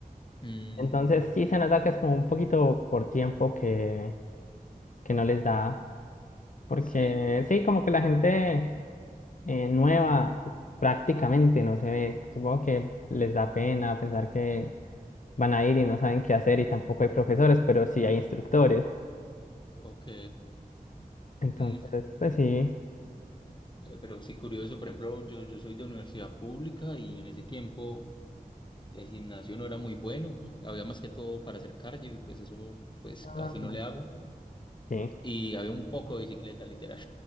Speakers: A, on the left (about 30°); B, on the left (about 55°).
A: Mm,
B: Entonces sí se nota que es como un poquito por tiempo que, que no les da, porque
A: sí,
B: sí, como que la gente... eh, nueva, prácticamente no se ve. Supongo que les da pena pensar que van a ir y no saben qué hacer y tampoco hay profesores, pero sí hay instructores.
A: ok.
B: Entonces,
A: Mm,
B: pues sí.
A: eh, pero sí, curioso, por ejemplo, yo, yo soy de universidad pública y en ese tiempo el gimnasio no era muy bueno. Había más que todo para hacer cardio y pues eso pues
B: Ah,
A: casi no le hago.
B: sí.
A: Y había un poco de bicicleta, literal.